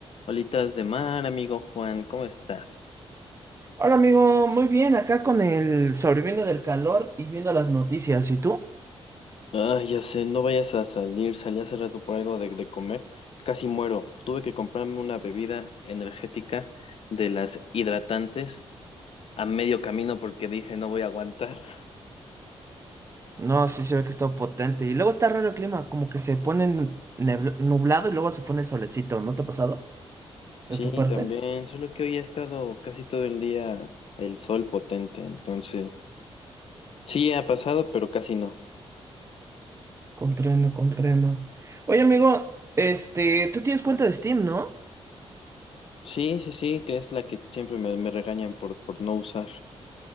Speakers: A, on the left; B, on the right.
A: Olitas de mar, amigo Juan, ¿cómo estás?
B: Hola amigo, muy bien, acá con el sobreviviendo del calor y viendo las noticias, ¿y tú?
A: Ah, ya sé, no vayas a salir, salí hace rato por algo de, de comer, casi muero. Tuve que comprarme una bebida energética de las hidratantes a medio camino porque dije no voy a aguantar.
B: No, sí se ve que está potente. Y luego está raro el clima, como que se pone nebl- nublado y luego se pone solecito, ¿no te ha pasado? ¿De
A: Sí,
B: tu parte?
A: también, solo que hoy ha estado casi todo el día el sol potente, entonces sí ha pasado, pero casi no.
B: Comprendo, comprendo. Oye amigo, este, tú tienes cuenta de Steam, ¿no?
A: Sí, sí, sí, que es la que siempre me, me regañan por, por no usar.